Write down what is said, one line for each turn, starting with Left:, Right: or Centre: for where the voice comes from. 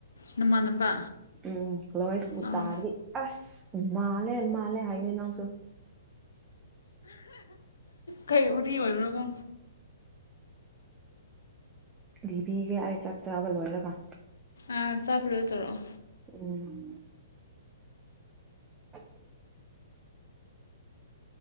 Left: ꯅꯃꯥꯟꯅꯕ
Right: ꯎꯝ ꯍꯜꯂꯣ ꯑꯩꯁꯕꯨ
Left: ꯑꯥ
Right: ꯇꯥꯔꯗꯤ ꯑꯁ ꯃꯥꯜꯂꯦ ꯃꯥꯜꯂꯦ ꯍꯥꯏꯅꯤ ꯅꯪꯁꯨ
Left: ꯀꯩ ꯍꯨꯔꯤ ꯑꯣꯏꯕ꯭ꯔꯣꯒꯣ
Right: ꯂꯤꯕꯤꯒꯦ ꯑꯩ ꯆꯥꯛ ꯆꯥꯕ ꯂꯣꯏꯔꯒ
Left: ꯑ ꯆꯥꯕ ꯂꯣꯏ ꯇꯧꯔꯣꯑꯣ
Right: ꯎꯝ ꯑ